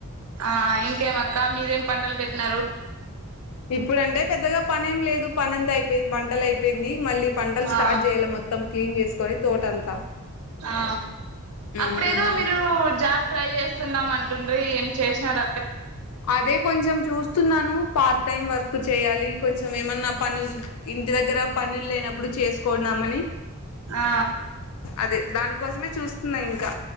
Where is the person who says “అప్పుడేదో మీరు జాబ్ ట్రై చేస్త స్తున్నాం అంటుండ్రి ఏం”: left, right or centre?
Right